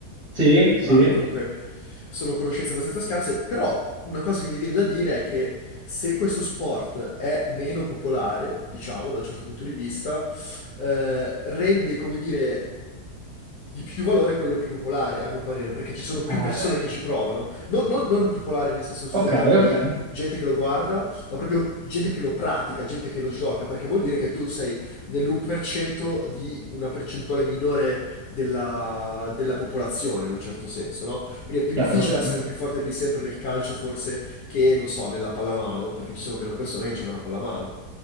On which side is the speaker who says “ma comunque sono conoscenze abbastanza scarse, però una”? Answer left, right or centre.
Left